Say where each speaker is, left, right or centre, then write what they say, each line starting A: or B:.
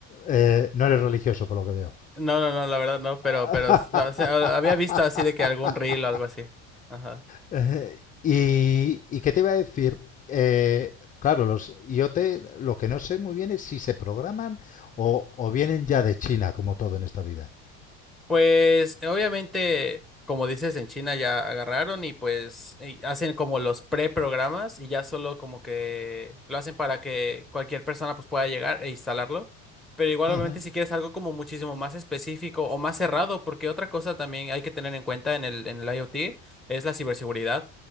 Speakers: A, on the left; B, in the centre.
A: Eh, no eres religioso por lo que veo.
B: No, no, no, la verdad no, pero,
A: <laughs>
B: pero, no, o sea, había visto así de que algún reel o algo así. Ajá.
A: Eh, y, y qué te iba a decir? Eh, claro, los IoT, lo que no sé muy bien es si se programan o, o vienen ya de China, como todo en esta vida.
B: Pues obviamente, como dices, en China ya agarraron y pues y hacen como los preprogramas y ya solo como que lo hacen para que cualquier persona pues pueda llegar e instalarlo. Pero igual
A: Ujú.
B: obviamente si quieres algo como muchísimo más específico o más cerrado, porque otra cosa también hay que tener en cuenta en el, en el IoT es la ciberseguridad,